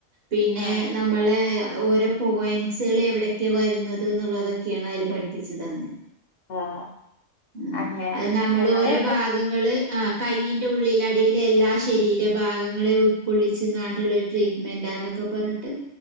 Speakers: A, on the right (about 50°); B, on the left (about 70°).
A: പിന്നെ
B: ആഹ്
A: നമ്മളെ ഓരോ പോയന്റ്സ്കള് എവിടെയൊക്കെ വരുന്നത് എന്നുള്ളതൊക്കെയാണ് അതില് പഠിപ്പിച്ചത് തന്നെ
B: ആഹ്
A: ആ
B: അങ്ങനെ
A: അത് നമ്മൾ
B: ഞാന്
A: ഓരോ ഭാഗങ്ങള് ആ കൈയ്യി ന്റെ ഉള്ളിലടിയിൽ എല്ലാ ശരീരഭാഗങ്ങളെയും ഉൾക്കൊള്ളിച്ച്ങ്ങാണ്ടുള്ള ഒരു ട്രീറ്റ്മെന്റാ ന്നൊക്കെ പറഞ്ഞിട്ട്